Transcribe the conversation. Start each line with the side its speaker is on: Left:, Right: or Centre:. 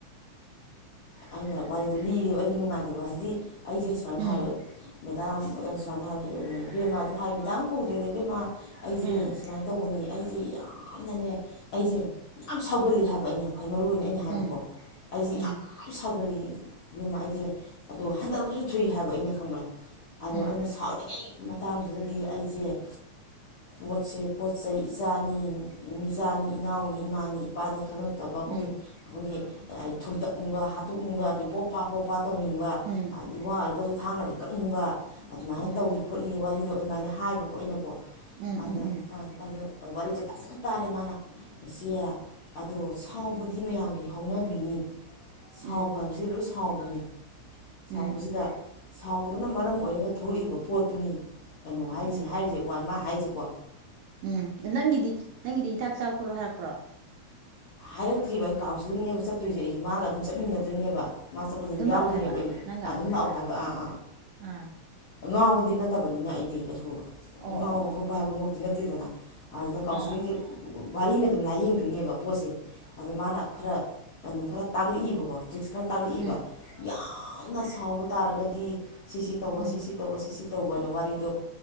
Left: ꯑꯩꯅ ꯋꯥꯔꯤꯗꯨ ꯂꯤꯕ ꯑꯩꯒꯤ ꯅꯨꯡꯉꯥꯏꯇꯦ ꯑꯗꯨꯕꯨ ꯍꯥꯏꯗꯤ ꯑꯩꯁꯦ ꯁꯨꯃꯥꯏꯅ
Right: ꯎꯝ
Left: ꯍꯥꯏꯕ ꯃꯦꯗꯥꯝ ꯁꯨꯃꯥꯏꯅ ꯍꯥꯏꯅꯤ ꯕꯦꯃꯥꯗꯨꯅ ꯍꯥꯏ ꯃꯦꯗꯥꯝ ꯀꯧꯗ꯭ꯔꯦꯗ ꯕꯦꯃꯥ ꯑꯩꯁꯦ
Right: ꯎꯝ
Left: ꯁꯨꯃꯥꯏꯅ ꯇꯧꯕꯅꯦ ꯑꯩꯁꯦ ꯌꯥꯝꯅꯅꯦ ꯑꯩꯁꯦ ꯌꯥꯝ ꯁꯥꯎꯒꯜꯂꯤ ꯍꯥꯏꯕ ꯑꯩꯅ ꯈ꯭ꯋꯥꯏ ꯃꯔꯨ ꯑꯣꯏꯅ ꯑꯩꯅ ꯍꯥꯏꯕꯀꯣ
Right: ꯎꯝ
Left: ꯑꯩꯁꯦ
Right: ꯎꯝ
Left: ꯌꯥꯝ ꯁꯥꯎꯒꯠꯜꯂꯤ ꯏꯦꯝꯃ ꯑꯩꯁꯦ ꯑꯗꯣ ꯍꯟꯊꯕꯁꯨ ꯊꯨꯏ ꯍꯥꯏꯕ ꯑꯩꯅ ꯈꯪꯕ꯭ꯔꯥ ꯑꯗꯣ
Right: ꯎꯝ
Left: ꯑꯩꯅ ꯁꯥꯎꯅꯤꯡꯉꯩ ꯃꯇꯥꯡꯗꯨꯗꯗꯤ ꯑꯩꯁꯦ ꯄꯣꯠꯁꯦ ꯄꯣꯠ ꯁ ꯏꯆꯥꯅꯤ ꯃꯤꯆꯥꯅꯤ ꯏꯅꯥꯎꯅꯤ ꯏꯃꯥꯅꯤ ꯏꯄꯥꯅꯤ ꯈꯪꯍ ꯠꯇꯕ ꯑꯩꯈꯣꯏꯒꯤ
Right: ꯎꯝ
Left: ꯑꯩꯈꯣꯏꯒꯤ ꯑꯩ ꯊꯨꯝꯇꯛ ꯅꯤꯡꯕ ꯍꯥꯠꯇꯣꯛꯅꯤꯡꯕ ꯑꯩ ꯄꯣꯄ ꯄꯣꯞꯄ ꯇꯧꯅꯤꯡꯕ
Right: ꯎꯝ
Left: ꯑꯗꯤ ꯋꯥ ꯑꯣꯏꯔꯒꯁꯨ ꯊꯥꯡꯅꯒ ꯀꯛꯅꯤꯡꯕ ꯑꯗꯨꯃꯥꯏꯅ
Right: ꯎꯝ
Left: ꯇꯧꯋ ꯈꯣꯠꯂꯤ ꯋꯥꯔꯤꯗꯣ ꯑꯗꯨꯃꯥꯏꯅ ꯍꯥꯏꯕꯀꯣ ꯑꯩꯅ ꯣ
Right: ꯎꯝ ꯎꯝ ꯎꯝ
Left: ꯑ ꯑ ꯋꯥꯔꯤꯁꯦ ꯐꯖꯅ ꯇꯥꯔꯦ ꯃꯥꯅ ꯏꯆꯦ ꯑꯗꯣ ꯁꯥꯎꯕꯗ ꯃꯌꯥꯝꯒꯤ ꯍꯧꯅꯕꯤꯅꯤ
Right: ꯎꯝ
Left: ꯁꯥꯎꯕ ꯍꯥꯏꯕꯁꯤ ꯂꯣꯏ ꯁꯥꯎꯕꯅꯤ ꯁꯥꯎꯕꯁꯤꯗ
Right: ꯎꯝ
Left: ꯁꯥꯎꯕꯗꯨꯅ ꯃꯔꯝ ꯑꯣꯏꯔꯒ ꯊꯂꯛꯏꯕ ꯄꯣꯠꯇꯨꯅꯤ ꯀꯩꯅꯣ ꯍꯥꯏꯁꯦ
Right: ꯎꯝ
Left: ꯍꯥꯏꯔꯤꯁꯦ ꯋꯥ ꯃꯥ ꯍꯥꯏꯁꯤꯀꯣ
Right: ꯎꯝ ꯅꯪꯒꯤꯗꯤ ꯅꯪꯒꯤꯗꯤ ꯍꯤꯗꯥꯛ ꯆꯥꯎ ꯈꯣꯠꯂꯣ ꯍꯥꯏꯔꯛꯄ꯭ꯔꯣ
Left: ꯍꯥꯏꯔꯛꯇ꯭ꯔꯤꯕ ꯑꯩ ꯀꯥꯎꯟꯁꯤꯂꯤꯡꯅꯦꯕ ꯆꯠꯇꯣꯏꯁꯦ ꯑꯩꯁꯨ ꯃꯥꯒ ꯑꯗꯨꯝ ꯆꯠꯃꯤꯟꯅꯗꯣꯏꯅꯦꯕ ꯃꯥ ꯆꯠꯄꯗꯨ ꯑꯗꯨꯝ ꯌꯥꯎꯗꯣꯏꯅꯦꯕ
Right: ꯂꯥꯛꯑꯣ ꯍꯥꯏꯕ
Left: ꯑꯩꯗꯤ
Right: ꯅꯪꯒ
Left: ꯑꯗꯨꯝ ꯂꯥꯛꯑꯣ ꯍꯥꯏꯕ ꯑꯥ
Right: ꯑꯥ
Left: ꯉꯥꯡꯕꯗꯤ ꯅꯠꯇꯕꯅꯤꯅ ꯑꯩꯗꯤ ꯀꯩꯁꯨ
Right: ꯑꯣ
Left: ꯉꯥꯎꯕ
Right: ꯑꯣ ꯑꯣ
Left: ꯈꯣꯠꯄ ꯍꯥꯏꯕꯃꯛꯇꯤ ꯅꯠꯇꯦꯗꯅ ꯑꯗꯨꯗ ꯀꯥꯎꯟꯁꯤꯂꯤꯡꯒꯤ
Right: ꯑꯥ
Left: ꯋꯥꯔꯤ ꯅꯠꯇꯦ ꯑꯗꯨꯝ ꯂꯥꯏꯌꯦꯡꯗꯣꯏꯅꯦꯕ ꯄꯣꯠꯁꯦ ꯑꯗ ꯃꯥꯅ ꯈꯔ ꯀꯩꯅꯣ ꯈꯔ ꯇꯥꯛꯂꯛꯏꯕꯀꯣ ꯇ꯭ꯔꯤꯛꯁ ꯈꯔ ꯇꯥꯛꯂꯛꯏꯕ
Right: ꯎꯝ
Left: ꯌꯥꯝꯅ ꯁꯥꯎꯕ ꯇꯥꯔꯒꯗꯤ ꯁꯤꯁꯤ ꯇꯧꯕ
Right: ꯎꯝ
Left: ꯁꯤꯁꯤ ꯇꯧꯕ ꯁꯤꯁꯤ ꯇꯧꯕꯅ ꯋꯥꯠ ꯗ